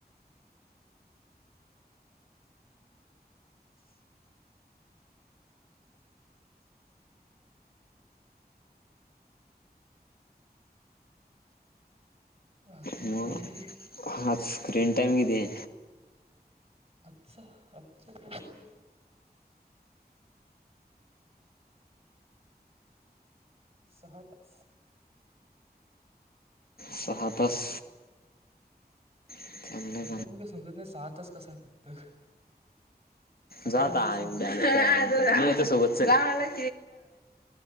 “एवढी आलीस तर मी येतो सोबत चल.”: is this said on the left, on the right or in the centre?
Left